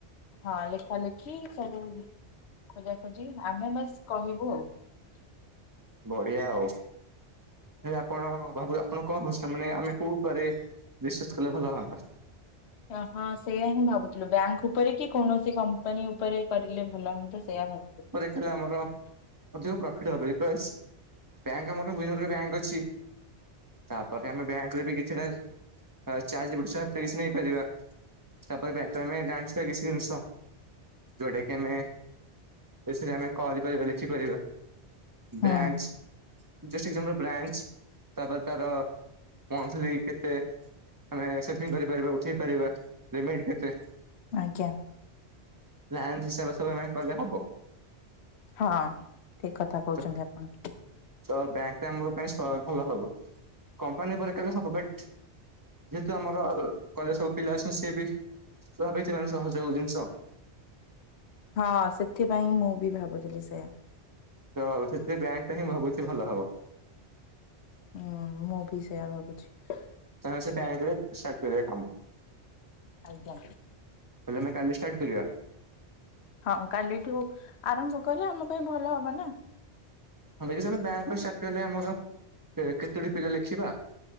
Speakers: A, on the left; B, on the right.
A: ହଁ ଲେଖା ଲେଖି ସବୁ ଖୋଜା ଖୋଜି ଆମେ ବାସ୍ କହିବୁ ଆଉ।
B: ବଢିଆ ଆଉ। ହେଲେ ଆପଣ ଭାବୁ ଆପଣ କଣ ଭସା ମାନେ ଆମେ କୋଉ ଉପରେ ରିସର୍ଚ୍ଚ କଲେ ଭଲ ହୁଅନ୍ତା।
A: ହଁ ହଁ ସେୟଆ ହିଁ ଭାବୁଥିଲୁ ବ୍ୟାଙ୍କ ଉପରେ କି କୌଣସି କମ୍ପାନୀ ଉ ଉପରେ କରିଲେ ଭଲ ହୁଅନ୍ତା ସେୟା ଭାବୁଥିଲି।
B: ହେଲା ଆମର ଅଧିକ ପ୍ରଫିଟ ହବ ବିକ ପ୍ରାଇସ ବ୍ୟାଙ୍କ ଆମର <unintelligible> ବ୍ୟାଙ୍କ ଅଛି। ତାପରେ ଆମେ ବ୍ୟାଙ୍କରେ ବି କିଛିଟା ଚାର୍ ଯିପିଟ୍ ସାର୍ କିଛି ନେଇପାରିବା ତାପରେ ବ୍ୟାଙ୍କରେ ଆମେ ଜାଣିଛିବା କିଛି ଜିନିଷ ଯୋଉଟା କି ଆମେ ବେଶି ନା ଆମେ କରିପାରିବା ଲେଖିପାରିବା।
A: ହୁଁ
B: ବ୍ରାଞ୍ଚ ଜଷ୍ଟ ଏଜାମ୍ପ ରେ ବ୍ରାଞ୍ଚ। ତାପରେ ତାର ମନ୍ଥଲି କେତେ ଆମେ ସେଟିଂ କରିପାରିବା ଉଠେଇ ପାରିବା ପେମେଣ୍ଟ କେତେ
A: ଆଜ୍ଞା।
B: ବ୍ରାଞ୍ଚ ହିସାବରେ ସବୁ ଆମେ କଲେ ହବ।
A: ହଁ ଠିକ କଥା କହୁଛନ୍ତି
B: ତ
A: ଆପଣ।
B: ତ ବ୍ୟାଙ୍କ ଟା ଆମ ପାଇଁ ଭଲ ହବ କମ୍ପାନୀ ପରେ କଲେ ସବୁ ଦିପେଣ୍ଟ ଯେହେତୁ ଆମର କଲେଜ ସବୁ ପିଲା ଅଛନ୍ତି ସିଏ ବି <unintelligible> ସେମାନ ସହଯୋଗ ଜିନିଷ।
A: ହଁ ସେଥିପାଇଁ ମୁଁ ବି ଭାବୁଥିଲି ସେୟା।
B: ତଉ ସେ ବ୍ୟାଙ୍କ ଟା ହିଁ ଭାବୁଛି ଭଲ ହବ।
A: ହୁଁ ମୁଁ ବି ସେଇୟା ଭାବୁଛି।
B: ତାହେଲେ ସେ ବ୍ୟାଙ୍କ ରେ ଷ୍ଟାଟ୍ କରିବା କାମ।
A: ଆଜ୍ଞା।
B: ହେଲେ ଆମେ କାଲି ଷ୍ଟାର୍ଟ କରିବା?
A: ହଁ କାଲିଠୁ ଆରମ୍ଭ କଲେ ଆମ ପାଇଁ ଭଲ ହବ ନା।
B: ହଁ ବିଜି ସାହେବ୍ ବ୍ୟାଙ୍କର ଷ୍ଟାଟ୍ କଲେ ଆମର କେକେତୋଟି ପିଲା ଲେଖିବା?